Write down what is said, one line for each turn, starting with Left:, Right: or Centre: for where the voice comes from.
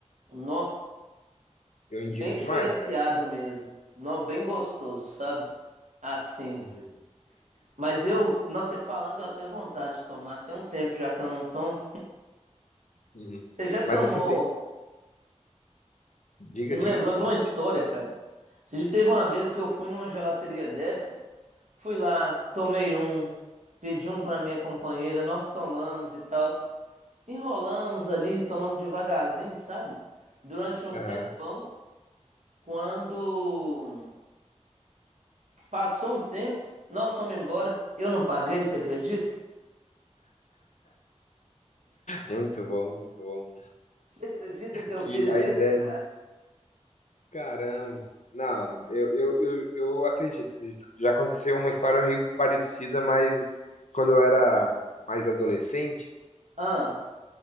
Right: Nó.
Left: Eu indico
Right: Bem diferenciado
Left: demais, cara.
Right: mesmo. Nó, bem gostoso, sabe? Assim.
Left: Uhum,
Right: Mas eu, nossa, você falando, deu até vontade de tomar. Tem um tempo já que eu não tomo.
Left: uhum.
Right: Você já tomou.
Left: Mas assim tem. Diga,
Right: Você me
Left: diga,
Right: lembrou
Left: desculpa.
Right: de uma história, cara. Você já teve uma vez que eu fui numa gelateria dessa, fui lá, tomei um, pedi um pra minha companheira, nós tomamos e tal. Enrolamos ali, tomamos devagarzinho, sabe? Durante um
Left: Aham.
Right: tempão, quando passou um tempo, nós fomos embora. Eu não paguei, você acredita?
Left: Muito bom, muito bom.
Right: Você acredita que eu
Left: que
Right: fiz
Left: a
Right: isso,
Left: ideia
Right: cara?
Left: do. Caramba. Não, eu, eu, eu, eu acredito, acredito. Já aconteceu uma história meio parecida, mas quando eu era mais adolescente,
Right: Ah,